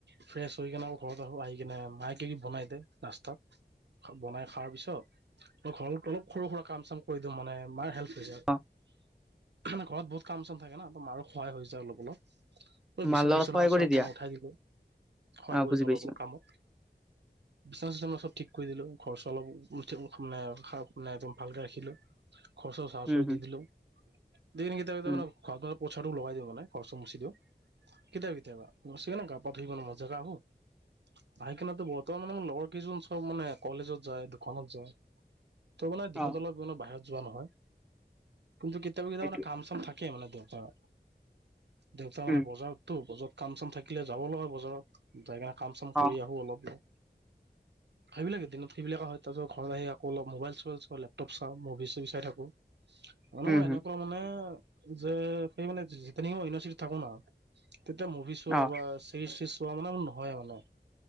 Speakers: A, on the right (about 80°); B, in the centre.
A: ফ্ৰেছ হৈ কিনে আকৌ ঘৰত আহো আহি কিনে মায় কিকি বনাই দে নাস্তাত বনাই খাৰ পিছত মই ঘৰত অলপ সৰু -সুৰা কাম চাম কৰি দিওঁ মানে মাৰ হেল্প <unintelligible>
B: অ
A: ঘৰত বহুত কাম চাম থাকে না ত 'মাৰো সহায় হৈ যায় অলপ- অলপ। ঐ'
B: মাৰ
A: বিচনা
B: লগত
A: -চিচনা
B: সহায় কৰি
A: চব
B: দিয়া
A: মানে উঠাই দিলো, সহায়
B: অ
A: কৰি
B: বুজি
A: দিলোঁ অলপ - অলপ। কামত
B: <inaudible>
A: বিচনা- চিচনা চব মই ঠিক কৰি দিলো। ঘৰ চৰ অলপ একদম ভালকে ৰাখিলো। খৰচৰ জাৰো
B: উম
A: - চাৰু
B: হুম
A: দি দিলো, দিন <unintelligible>
B: উম
A: পচাটো লগাই দিওঁ মানে। খৰচৰ মচি দিওঁ কেতিয়াবা -কেতিয়াবা মচি কেনে গা পা ধুই মানে মজীয়াত আহো। আহিকেনেটো বৰ্তমান মানে মোৰ লগৰ কেইজন চব মানে কলেজত যায় দোকানত যায় ত' মানে দিনত
B: অ
A: অলপ মানে বাহিৰত যোৱা নহয়। কিন্তু কেতিয়াবা -কেতিয়াব
B: সেইটোৱে
A: মানে কাম -চাম থাকে মানে দেউতাৰ। দেউতা মানে
B: উম
A: বজাৰততো বজাৰ কাম- চাম থাকিলে যাব লগা হয় বজাৰত যাই কিনে কাম -চাম কৰি
B: অ
A: আহো অলপ
B: <inaudible>
A: সেইবিলাক দিনত সেইবিলাক হয় তাৰছত ঘৰত আহি আকৌঅলপ মোবাইল চোবল চলে, লেপটপ চাও, মুভি - চুভি চাই থাকো। মানুহ
B: উম হুম
A: এনেকুৱা মানে যে সেই মানে <unintelligible> থাকো ন, তেতিয়া মুভি চোৱা
B: অ
A: বা চিৰিজ চিৰিজ প্ৰব্লেম নহয়ে মানে।